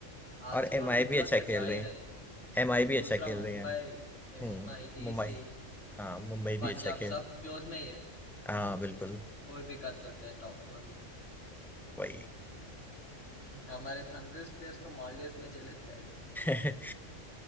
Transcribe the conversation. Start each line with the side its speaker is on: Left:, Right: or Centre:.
Left: आरसीबी
Centre: और एमआई
Left: और गुजरात
Centre: भी अच्छा
Left: तो
Centre: खेल
Left: जा ही
Centre: रही है
Left: रही है
Centre: एमआई भी अच्छा
Left: दूसरा
Centre: खेल
Left: Mumbai
Centre: रही है हम्म
Left: M I D
Centre: मुंबई
Left: C
Centre: हाँ मुंबई भी
Left: Punjab
Centre: अच्छा खेल
Left: सब क्लोज में ही है
Centre: हाँ बिल्कुल
Left: कोई भी कर सकते हैं टॉप फोर में
Centre: वही
Left: तो हमारे थंडर्स प्लेयर्स तो मॉलडीव्स में चले थे आज
Centre: <laughs>